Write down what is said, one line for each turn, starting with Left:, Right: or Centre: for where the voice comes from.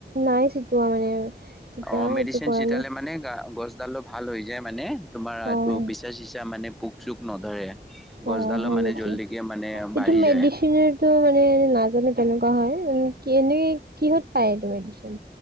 Right: নাই চিটোৱা মানে কেতিয়াও
Centre: অ', মেডিচিন
Right: এইটো কৰা
Centre: চটালে
Right: নাই
Centre: মানে গ গছডালটো ভাল হৈ যায় মানে তোমাৰ এইটো
Right: অ'
Centre: বিা চিা মানে পোক চোক নধৰে। গছডালো
Right: অ' হয়
Centre: মানে
Right: নেকি,
Centre: জল্দিকে মানে বাঢ়ি
Right: এইটো মেডিচনেটো
Centre: যায়
Right: মানে নাজানে তেনেকুৱা হয় কি এনে কিহত পায় এইটো মেডিচিন?